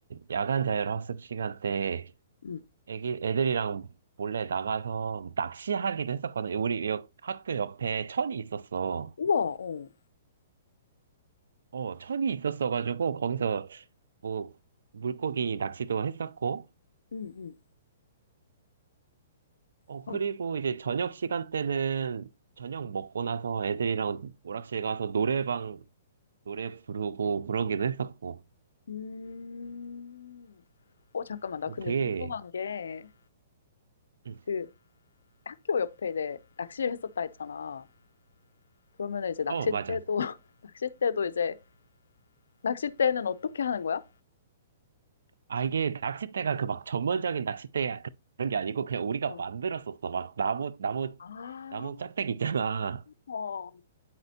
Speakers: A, on the right; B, on the left.
A: 야간 자율학습 시간 때
B: 응,
A: 애기, 애들이랑 몰래 나가서 낚시하기도 했었거든. 우리 여- 학교 옆에 천이 있었어.
B: 우와, 어.
A: 어, 천이 있었어가지고, 거기서 뭐, 물고기 낚시도 했었고,
B: 응, 응.
A: 어,
B: 그럼,
A: 그리고 이제 저녁 시간 때는 저녁 먹고 나서 애들이랑 오락실 가서 노래방 노래 부르고 그러기도 했었고,
B: 음. 어 잠깐만 나
A: 어
B: 근데
A: 되게,
B: 궁금한 게
A: 음,
B: 그 학교 옆에 이제 낚시를 했었다 했잖아. 그러면은 이제 낚싯대도
A: 어, 맞아.
B: <laughs> 낚싯대도 이제 낚싯대는 어떻게 하는 거야?
A: 아, 이게 낚싯대가 그 막 전문적인 낚싯대 그런 게 아니고, 그냥 우리가
B: 어.
A: 만들었었어. 막 나무, 나무,
B: 아.
A: 나무 짝대기 있잖아.
B: 어.